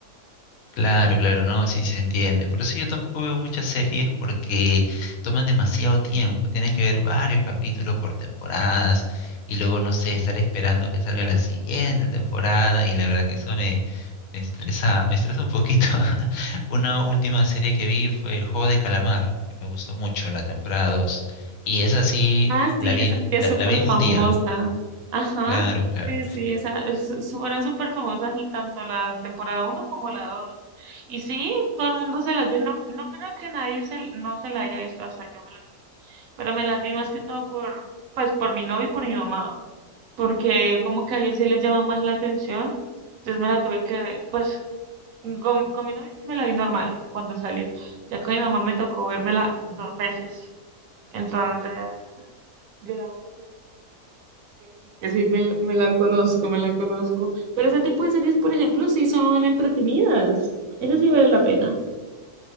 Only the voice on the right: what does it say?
Ah,
sí,
esa
sí es
súper
famosa.
Ajá,
sí, sí, esa, es- fueron súper famosas tanto la temporada uno como la dos Y sí, todo el mundo se las vio. No, no creo que nadie se, no se la haya visto, hasta yo me las vi. Pero me las vi más que todo por, pues, por mi novio y por mi mamá. Porque como que a ellos sí les llama más la atención. Entonces me la tuve que, pues, con, con mi novio sí me la vi normal cuando salió. Ya con mi mamá me tocó vérmela dos veces. Entonces, digamos. Que sí, que sí, me, me la conozco, me la conozco. Pero ese tipo de series, por ejemplo, sí son entretenidas. Eso sí vale la pena.